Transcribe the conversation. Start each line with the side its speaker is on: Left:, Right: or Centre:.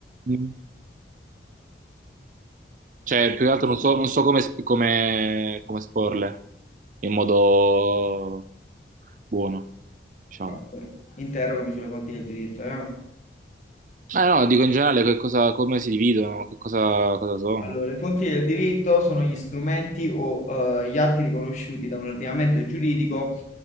Right: Mm. Cioè, più che altro non so, non so come, sp- come, come esporle in modo buono, diciamo.
Left: Vabbè, Interrogami sulle fonti del diritto. eh.
Right: Ah, no, dico in generale che cosa, come si dividono, che cosa, cosa sono.
Left: Allora, le fonti del diritto sono gli strumenti o eh, gli atti riconosciuti da un ordinamento giuridico